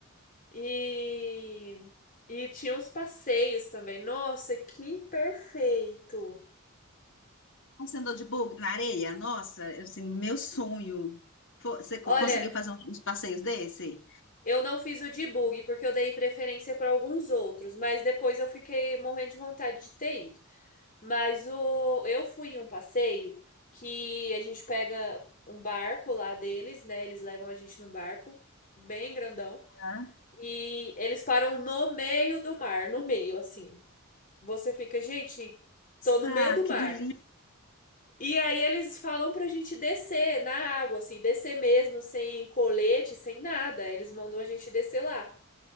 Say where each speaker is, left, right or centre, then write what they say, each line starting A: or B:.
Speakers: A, on the left; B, on the left.
A: E e tinha uns passeios também. Nossa, que perfeito!
B: Você andou de bug na areia? Nossa, assim, meu sonho. Fo- Você co-
A: Olha,
B: conseguiu fazer um, uns passeios desse?
A: Eu não fiz o debug, porque eu dei preferência para alguns outros, mas depois eu fiquei morrendo de vontade de ter ido. Mas o... eu fui em um passeio que a gente pega um barco lá deles, né? Eles levam a gente num barco bem grandão
B: Hã?
A: e eles param no meio do mar, no meio, assim. Você fica, gente, tô no
B: Nossa,
A: meio do
B: que
A: mar.
B: delícia.
A: E aí eles falam pra gente descer na água, assim, descer mesmo, sem colete, sem nada. Eles mandam a gente descer lá.